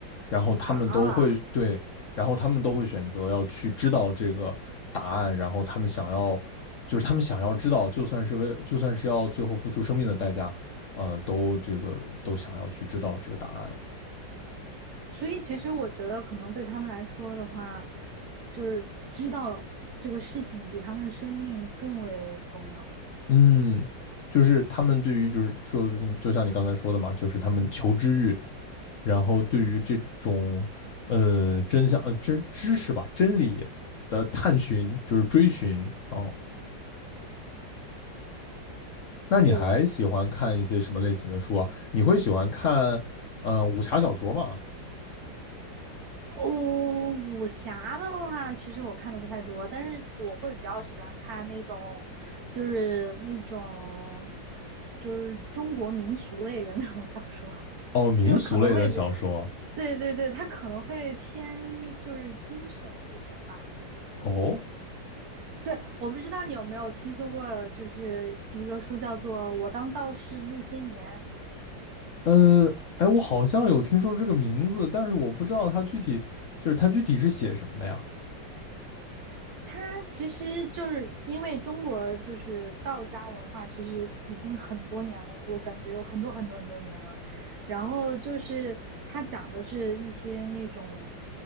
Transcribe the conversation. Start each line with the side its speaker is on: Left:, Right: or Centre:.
Left: 然后他们都会对，
Right: 啊，
Left: 然后他们都会选择要去知道这个答案，然后他们想要，就是他们想要知道，就算是为，就算是要最后付出生命的代价，呃，都这个都想要去知道这个答案。
Right: 所以其实我觉得可能对他们来说的话，就是知道这个事情比他们的生命更为重要。
Left: 嗯，就是他们对于就是说，就像你刚才说的嘛，就是他们求知欲，然后对于这种呃真相呃知知识吧真理的探寻，就是追寻哦。那你还喜欢看一些什么类型的书啊？
Right: 对，
Left: 你会喜欢看呃武侠小说吗？
Right: 哦，武侠的话，其实我看的不太多，但是我会比较喜欢看那种，就是那种，就是中国民俗类的 <laughs> 那种小说，
Left: 哦，民俗类的小说
Right: 就是可能会比，对对对，它可能会偏就是惊悚一点吧。
Left: 哦，
Right: 对，我不知道你有没有听说过，就是一个书叫做《我当道士那些年》。
Left: 呃，哎，我好像有听说这个名字，但是我不知道它具体就是它具体是写什么的呀？
Right: 它其实就是因为中国就是道家文化，其实已经很多年了，我感觉有很多很多很多年了。然后就是它讲的是一些那种，